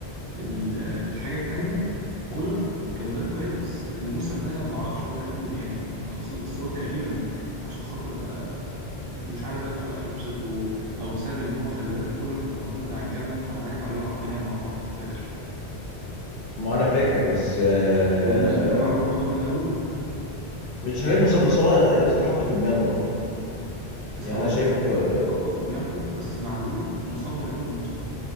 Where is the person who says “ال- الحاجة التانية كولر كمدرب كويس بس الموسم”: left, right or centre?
Right